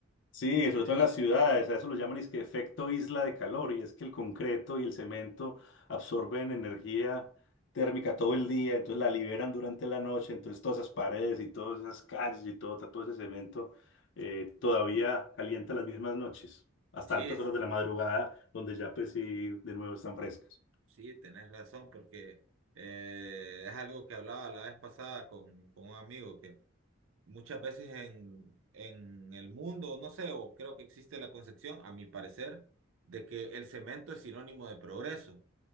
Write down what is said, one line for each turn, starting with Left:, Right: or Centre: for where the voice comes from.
Left: Sí,
Right: Y es, es
Left: sobre todo en
Right: bien.
Left: las ciudades, a eso lo llaman es que efecto isla de calor, y es que el concreto y el cemento absorben energía térmica todo el día, entonces la liberan durante la noche, entonces todas esas paredes y todas esas calles y todo, todo ese cemento eh, todavía calienta las mismas noches, hasta
Right: Sí,
Left: altas horas
Right: sí,
Left: de la madrugada, donde ya pues sí, de nuevo están frescas.
Right: sí, tenés razón, porque eh, es algo que hablaba la vez pasada con, con un amigo que muchas veces en, en el mundo, no sé, o creo que existe la concepción, a mi parecer, de que el cemento es sinónimo de progreso.